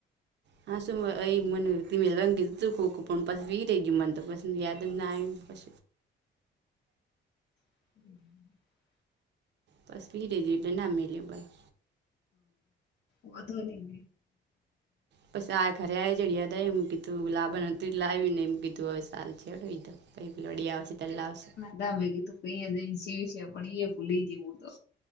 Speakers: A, on the right; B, on the left.
A: હા શું અ મને મેલવા ગીધું હતું ખો ખો પણ પસ વીટ જય મને તો પસ યાદ જ ના આવી પછ.
B: હમ્મ
A: બસ બી <unintelligible> નામમે લું ભાઈ.
B: હ અધો ન <unintelligible>
A: પછ આ ખરે આ જયારે યાદ આયુ એમ કી તું લા બન હતું લાવવી ને એમ કીધું હવે. <unintelligible> આવશે.
B: બમે કે તું કહીયા જઈ શિવસે પણ એ ભૂલી દે હું તો